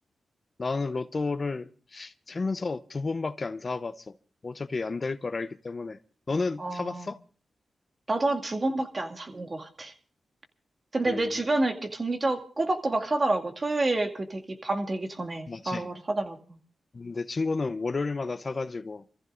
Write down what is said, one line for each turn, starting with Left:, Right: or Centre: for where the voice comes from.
Left: 나는 로또를 살면서 두 번밖에 안 사봤어. 어차피 안 될 걸 알기 때문에. 너는
Right: 어,
Left: 사봤어?
Right: 나도 한 두 번밖에 안 사본 것 같아. 근데
Left: 음,
Right: 내 주변은 이렇게 정기적 꼬박꼬박 사더라고. 토요일 그 되기, 밤 되기 전에
Left: 맞지.
Right: 바로바로 사더라고.
Left: 내 친구는 월요일마다 사가지고